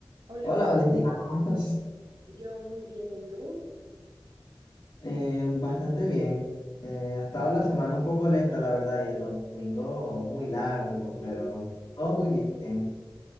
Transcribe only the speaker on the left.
Hola
Valentina, ¿cómo estás?
Eh, bastante bien. Eh, ha estado la semana un poco lenta, la verdad, y el domingo muy largo, pero
todo muy bien.